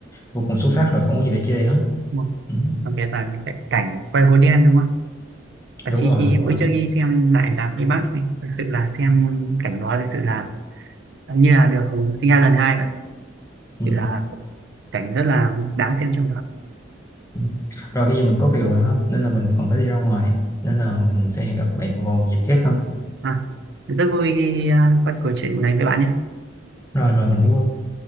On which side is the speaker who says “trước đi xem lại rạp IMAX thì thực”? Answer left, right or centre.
Right